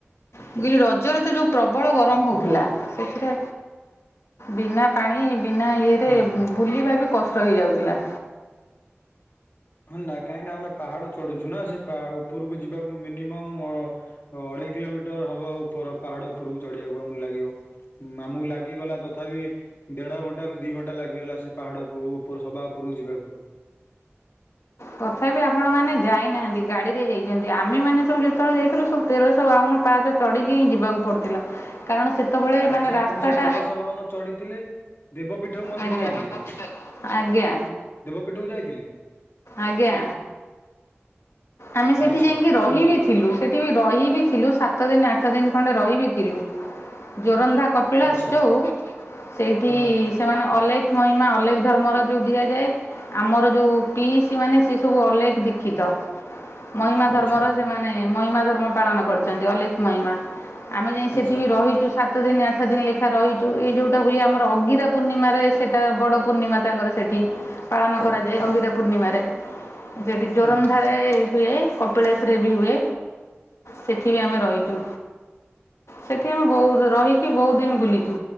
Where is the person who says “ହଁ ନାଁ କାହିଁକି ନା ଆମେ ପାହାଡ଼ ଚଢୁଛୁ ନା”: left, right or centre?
Left